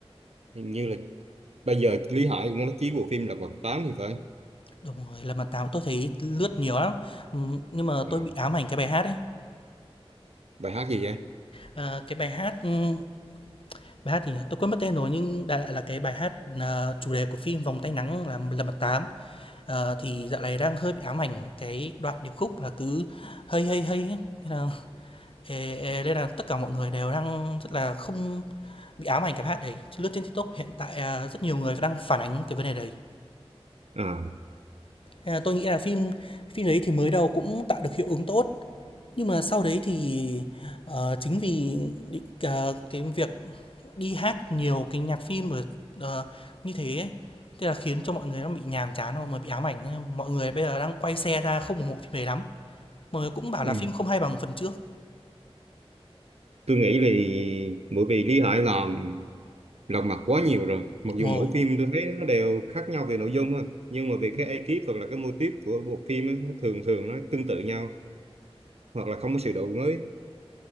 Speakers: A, on the right (about 80°); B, on the left (about 60°).
A: hình như là bây giờ Lý Hải cũng có nói chí bộ phim Lật Mặt 8 thì phải
B: Đúng rồi, Lật Mặt Tám tôi thấy lướt nhiều lắm, ừm, nhưng mà
A: à,
B: tôi bị ám ảnh cái bài hát ấy.
A: bài hát gì vậy
B: Ờ, cái bài hát, ừm, Bài hát thì tôi quên mất tên rồi nhưng đại loại là cái bài hát, ờ, chủ đề của phim Vòng Tay Nắng là "Lần Mặt Tám". Ờ, thì dạo này đang hơi bị ám ảnh cái đoạn điệp khúc là cứ hơi hơi hơi thế là "Ê, ê" nên là tất cả mọi người đều đang rất là không bị ám ảnh cái bài hát đấy. Lướt trên TikTok hiện tại, à, rất nhiều người đang phản ánh cái vấn đề đấy.
A: à
B: Thế tôi nghĩ là phim phim đấy thì mới đầu cũng tạo được hiệu ứng tốt. Nhưng mà sau đấy thì, ờ, chính vì những cà cái việc đi hát nhiều cái nhạc phim ở, ờ, như thế ấy, thế là khiến cho mọi người nó bị nhàm chán xong rồi bị ám ảnh, thế mọi người bây giờ đang quay xe ra không ủng hộ phim đấy lắm. Mọi người cũng bảo
A: ừ.
B: là phim không hay bằng phần trước.
A: tôi nghĩ vì bởi vì Lý Hải làm lật mặt quá nhiều rồi mặc
B: Đúng
A: dù
B: rồi.
A: mỗi phim tôi thấy nó đều khác nhau về nội dung á nhưng mà về cái ekip hoặc là cái mô típ của bộ phim ấy, nó thường thường nó tương tự nhau hoặc là không có sự đổi mới